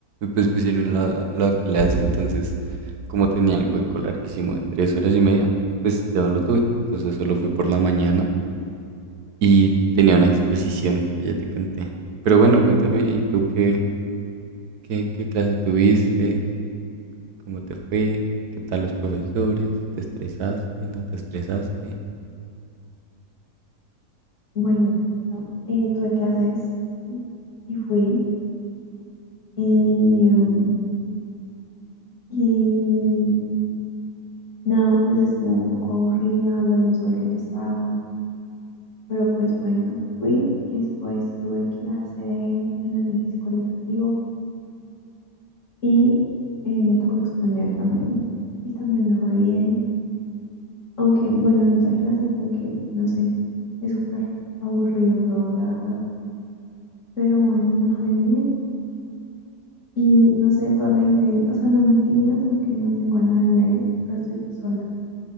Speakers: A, on the right; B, on the left.
A: pues pusieron la, la clase, entonces como tenía el hueco larguísimo de tres horas y media, pues ya no lo tuve. Entonces solo fui por la mañana y tenía una exposición que ya te conté. Pero bueno, cuéntame, ¿y ¿tú qué, qué, qué clase tuviste? ¿Cómo te fue? ¿Qué tal los profesores? ¿Te estresaste? ¿No te estresaste?
B: Bueno, eh, tuve clases y fui y, mm, y nada, pues estuvo un poco aburrida, hablamos sobre el estado Pero pues bueno, fui y después tuve clase de análisis cualitativo y eh, me tocó exponer también. Y también me fue bien. Aunque bueno, en esa clase como que, no sé, es súper aburrido todo, la verdad. Pero bueno, me fue bien. Y no sé, toda la gente ahí, o sea, no me intimida, sino que no tengo a nadie ahí. O sea, estoy sola.